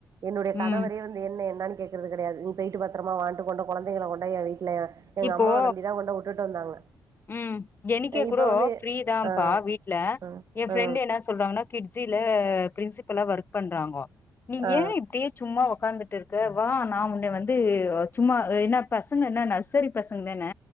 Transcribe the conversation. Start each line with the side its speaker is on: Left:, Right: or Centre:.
Right: என்னுடைய கணவரே
Left: ம்
Right: வந்து து என்னு என்னானு கேக்றது கெடையாது நீ போய்ட்டு பத்ரமா வாண்ட்டு கொண்டு கொழந்தைங்ல கொண்டே வீட்லஎல்லா எங்க
Left: இப்போ
Right: அம்மாவ நம்பிதா உன்ன உட்டுட்டு வந்தாங்க
Left: ம் தெனிக்கே
Right: இப்ப
Left: கூட
Right: வந்து
Left: ஃப்ரிதாபா
Right: ஆ
Left: வீட்ல
Right: ஆ
Left: என் ஃப்ரெண்டு
Right: ஆ
Left: என்னாஸ் சொல்றாங்னா கிட்ஜில ப்ரின்சிபலா ஒர்க் பண்றாங்கோ நீ
Right: ஆ
Left: யே இப்டி சும்மா ஒக்காந்துட்டு இருக்கு வா நா உன்ன வந்து சும்மா என்ன பசங்க என்னா நஸ் தெரி பசங் தன